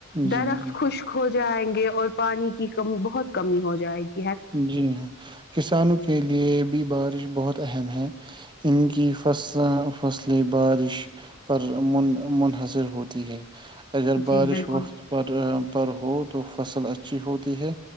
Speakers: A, on the right; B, on the left.
A: جی،
B: درخت
A: جی۔
B: خوشخوش جائیں گے اور پانی کی کمی بہت کمی ہوتی جائے
A: جی ہاں کسانوں کے لیے بھی بارش بہت اہم ہیں ان کی فص فصلیں بارش پر من منحصر ہوتی ہے اگر
B: جی
A: بارش
B: بالکل
A: وقت پر پر ہو تو فصل اچ اچھی ہوتی ہے